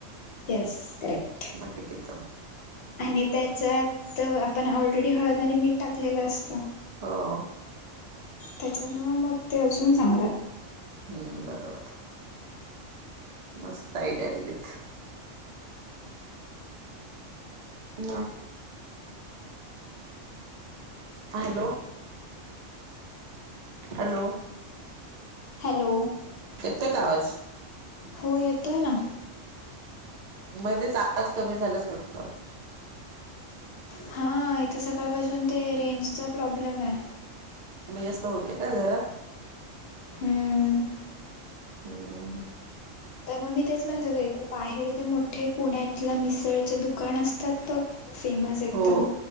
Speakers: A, on the left; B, on the right.
A: Yes correct.
B: मटकीच
A: आणि त्याच्यात आपण ऑलरेडी हळद आणि मीठ टाकलेल असत.
B: हो
A: त्याच्यामुळ मग ते अजून चांगलं.
B: हम्म बरोबर मस्त आईड्या दिलीत. मंग हॅलो हॅलो
A: हॅलो,
B: येतोय का आवाज
A: हो येतोय ना.
B: मध्येच आवाज कमी झाल्यास <unintelligible>
A: हा इथे सकाळपासून ते रेंजचा प्रॉब्लेम आहे.
B: कमी जास्त होते का घरात?
A: हम्म
B: हम्म
A: तर मग मी तेच म्हणत होते इथे बाहेर जे मोठे पुण्यातल्या मिसळचे दुकान असतात बघ. फेमस एकदम.
B: हो